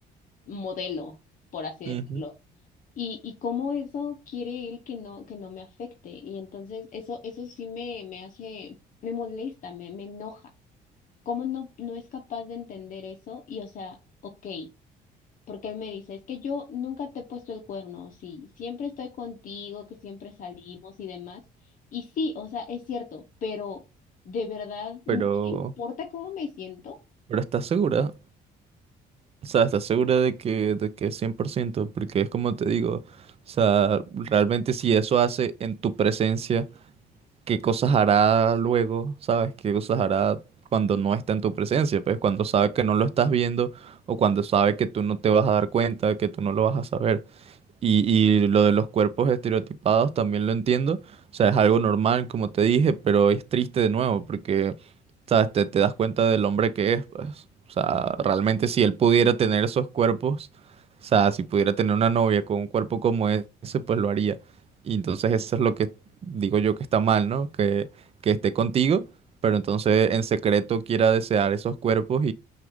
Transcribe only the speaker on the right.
Ujú,
Pero,
pero ¿estás segura? O sea, ¿estás segura de que, de que es 100%? Porque es como te digo, o sea, realmente si eso hace en tu presencia. qué cosas hará luego, ¿sabes? ¿Qué cosas hará cuando no está en tu presencia? Pues cuando sabe que no lo estás viendo o cuando sabe que tú no te vas a dar cuenta, que tú no lo vas a saber. Y, y lo de los cuerpos estereotipados también lo entiendo. O sea, es algo normal, como te dije, pero es triste de nuevo porque, ¿sabes? Te, te das cuenta del hombre que es, pues. O sea, realmente si él pudiera tener esos cuerpos, o sea, si pudiera tener una novia con un cuerpo como ese, pues lo haría. Y entonces eso es lo que digo yo que está mal, ¿no? Que, que esté contigo, pero entonces en secreto quiera desear esos cuerpos